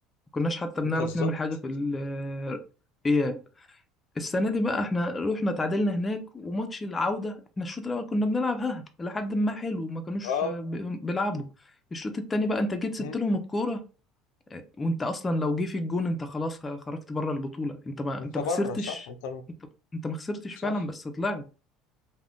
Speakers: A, on the left; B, on the left.
A: كناش حتى
B: <laughs> بالظبط
A: بنعرف نعمل حاجة في ال- آه، اياب السنة دي بقى احنا رحنا تعادلنا هناك وماتش العودة احنا الشوط الأول كنا بنلعب ها لحد ما حلو ما كانوش
B: اه
A: بي- بيلعبوا الشوط التاني بقى انت جيت سبت
B: مم.
A: لهم الكورة اه، وانت اصلا لو جه في الجون انت خلاص خ- خرجت بره البطولة انت ما
B: انت
A: انت ما
B: بره
A: خسرتش
B: صح انت
A: انت انت ما خسرتش
B: صح
A: فعلا بس طلعت